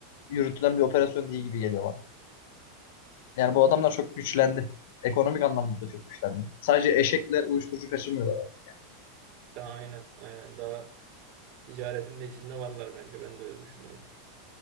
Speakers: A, on the left; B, on the right.
A: yürütülen bir operasyon değil gibi geliyor bana. Yani bu adamlar çok güçlendi. Ekonomik anlamda da çok güçlendi. Sadece eşekle uyuşturucu kaçırmıyorlar artık.
B: Daha aynen aynen daha ticaretin de içinde varlar bence ben de öyle düşünüyorum.